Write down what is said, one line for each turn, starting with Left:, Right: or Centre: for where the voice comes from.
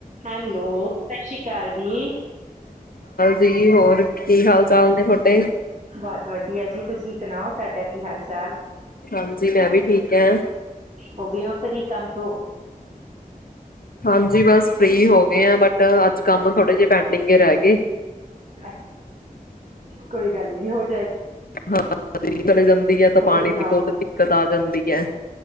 Right: Hello, Sat Sri ਅਕਾਲ ਜੀ
Left: ਦੀ ਹੋਰ ਕੀ ਹਾਲ ਚਾਲ ਨੇ ਤੁਹਾਡੇ?
Right: ਬਹੁਤ ਵਧੀਆ ਜੀ ਤੁਸੀਂ ਸੁਣਾਓ ਤੁਹਾਡਾ ਕੀ ਹਾਲ ਚਾਲ,
Left: ਹਾਂਜੀ, ਮੈਂ ਵੀ ਠੀਕ ਐ।
Right: ਹੋ ਗਏ ਹੋ ਫਰੀ ਕੰਮ ਹੋ
Left: ਹਾਂਜੀ ਬਸ ਫ੍ਰਰੀ ਹੋ ਗਏ ਆ ਬਟ ਅੱਜ ਕੰਮ ਥੋੜੇ ਜਿਹੇ ਪੈਂਡਿੰਗ ਹੀ ਰਹਿ ਗਏ
Right: <inaudible> ਕੋਈ ਗੱਲ ਨੀ ਹੋਰ
Left: ਹਾਂ ਚਲੀ ਜਾਂਦੀ ਹੈ ਤਾਂ
Right: ਹੋਰ
Left: ਪਾਣੀ
Right: ਸੁਣਾਓ?
Left: ਦੀ ਬਹੁਤ ਦਿੱਕਤ ਆ ਜਾਂਦੀ ਹੈ